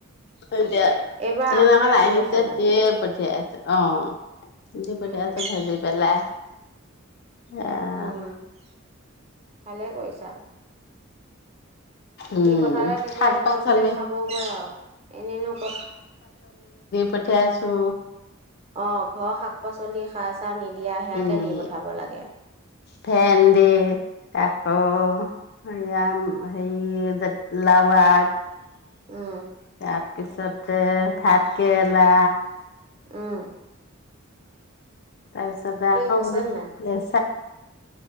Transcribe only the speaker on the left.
হয় দিয়া।
সেই
দিনাখন
আহিছে
দিয়েই পথিয়াইছো। অ' দি পথাইছো
ভাজি পেলাই। আহ
উম
শাক পাচলি
পথিয়াইছো-
উম
ভেন্দি, তাৰপিছত হৰি- জাতিলাও আগ
<unintelligible> তাতে - ভাতকেৰেলা
তাৰ পিছত দেখা
মোৰলৈ